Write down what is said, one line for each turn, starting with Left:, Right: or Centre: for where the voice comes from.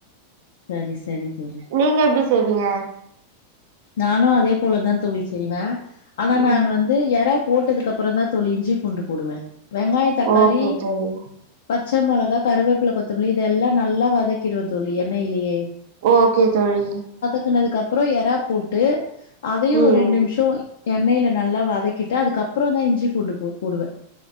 Left: சரி சரி தோழி
Right: நீங்க எப்டி செய்வீங்க
Left: நானும் அதே போலதா தோழி செய்வேன் ஆனா
Right: ம்
Left: நான் வந்து எறா போட்டதுக்கு அப்புறம் தான் தோழி இஞ்சி பூண்டு போடுவேன் வெங்காய தக்காளி
Right: ஓகே தோழி
Left: பச்ச மொளக கருவேப்பில கொத்தமல்லி இதெல்லாம் நல்லா வதக்கிடுவ தோழி என்னைளியே
Right: ஓகே தோழி
Left: எறக்கனது அப்பறம் எறா போட்டு அதையும்
Right: ம்
Left: ஒரு ரெண்டு நிமிஷம் எண்ணெயில நல்லா வதக்கிட்டு அதுக்கப்பறம் தான் இஞ்சி பூண்டு போடுவேன்